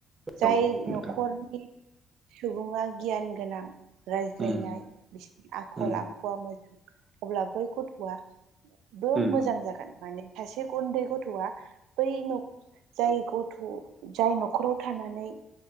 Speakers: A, on the right; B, on the right.
A: जाय
B: औ नोंथां
A: न'खरनि सुबुङा गियान गोनां रायज्लायनाय
B: उम
A: बिसिनि आखल
B: उम
A: आखुआ मोजां अब्ला बै गथ'आ <unintelligible>
B: उम
A: मोजां जागोन माने सासे उन्दै गथ'आ बै न- जाय गथ' जाय न'खराव थानानै